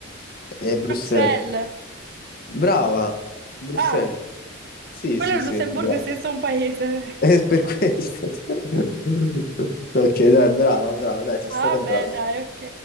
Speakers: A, on the left; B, on the right.
A: è Bruxelles.
B: Bruxelles.
A: Brava, Bruxelles.
B: Ah,
A: Sì,
B: quello
A: sì,
B: è il
A: sì,
B: Lussemburgo
A: brava.
B: è senza
A: <laughs>
B: un paese.
A: È per questo. <laughs> Ok, dai, brava, brava, dai, sei
B: <laughs>
A: stata
B: Ah,
A: brava.
B: beh, dai, ok.